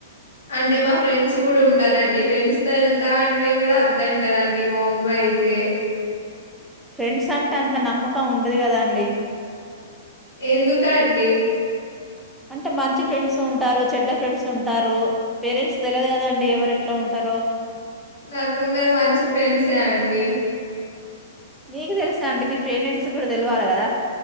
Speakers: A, on the left; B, in the centre.
A: అంటే మా ఫ్రెండ్స్ కూడా ఉంటారండి ఫ్రెండ్స్ తో వెళ్తా అంటే కూడా అద్ద అంటదండి మా అమ్మాయి అయితే
B: ఫ్రెండ్స్ అంటే అంత నమ్మకం ఉండదు కదాండి
A: ఎందుకు అండి
B: అంటే మంచి ఫ్రెండ్స్ ఉంటారు చెడ్డ ఫ్రెండ్స్ ఉంటారు పేరెంట్స్ తెలియదు కదండి ఎవరు ఎట్లా ఉంటారు రో
A: నాకు ఉన్నది మంచి ఫ్రెండ్సే అండి
B: మీకు తెలుసా అండి మీ పేరెంట్స్ కి కూడా తెలవాల కదా